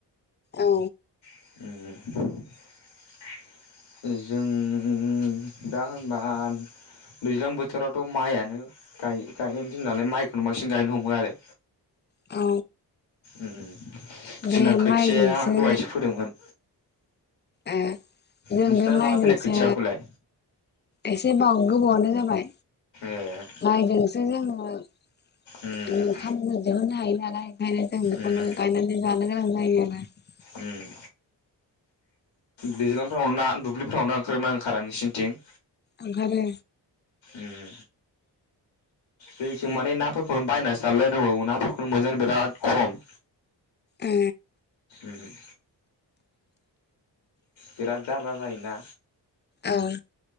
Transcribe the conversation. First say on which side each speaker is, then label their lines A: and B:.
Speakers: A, on the left; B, on the left.
A: औ
B: उम ओ जों दा होनबा दैज्लां बोथोरावथ' माइयानो गाय गायनायनि दिन नालाय माइखौनो बांसिन गायनो हमो आरो
A: औ
B: उम
A: बे
B: जोंना खोथिया
A: माइजोंसो
B: दहायसो फोदोंमोन
A: ओ जों
B: नोंसिना
A: बे माइजोंसो
B: माला फैनाय खोथियाखौलाय
A: एसे बा गोबावानो जाबाय
B: ए
A: बाय मायखौ जों जो जोङो
B: उम
A: ओ खामनो दिहुन्नो हायो नालाय ओंखायनो जों बेखौनो
B: उम
A: गायनानै जानो गोनां जायो ब <unintelligible>
B: उम दैज्लांफ्राव ना दुब्लिफ्राव नाओंखारोमोन ना ओंखारा नोंसिनिथिं
A: ओंखारो
B: उम जोंथिं माने नाफोरखौनो बायनानै जालायलायनांगौ नाफोरखौ मोनजानो बिराद खम
A: ओ
B: उम बिराद जारला जायोना
A: औ